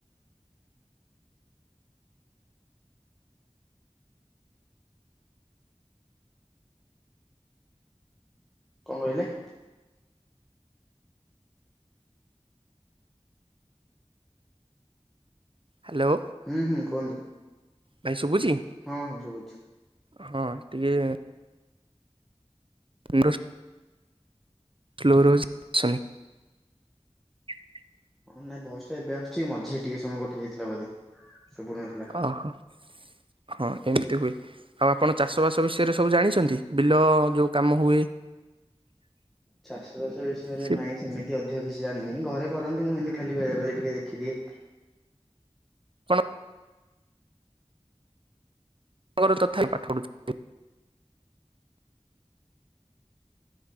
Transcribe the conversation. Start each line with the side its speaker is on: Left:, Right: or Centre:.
Centre: କଣ କହିଲେ।
Right: ହ୍ୟାଲୋ
Centre: ହୁଁ ହୁଁ କୁହନ୍ତୁ।
Right: ଭାଇ ଶୁଭୁଛି
Centre: ହଁ ହଁ ଶୁଭୁଛି।
Right: ହଁ ଟିକେ ମୁଁ <inaudible> <unintelligible> ଆସୁନି।
Centre: ହଁ ନାଇଁ ଭୟସଟା ଏବେ ଆସୁଛି ମଝିରେ ଟିକେ ସମୟ କଟି ଯାଇଥିଲା ବୋଧେ ଶୁଭୁ ନଥିଲା।
Right: ଓହୋ। ହଁ ଏମିତି ହୁଏ ଆଉ ଆପଣ ଚାଷବାସ ବିଷୟରେ ସବୁ ଜାଣିଛନ୍ତି ବିଲ ଯୋଉ କାମ ହୁଏ।
Centre: ଚାଷ ବାସ ବିଷୟରେ
Right: ସେ
Centre: ନାଇଁ ସେମିତି ଅଧିକ କିଛି ଜାଣିନି। ଘରେ କରନ୍ତି ମୁଁ ଏନତି ଖାଲି ବେଳେ ବେଳେ ଟିକେ ଦେଖିଦିଏ।
Right: ଆପଣଙ୍କର ଙ୍କର ତଥାପି ପାଠ ପଢୁଛନ୍ତି।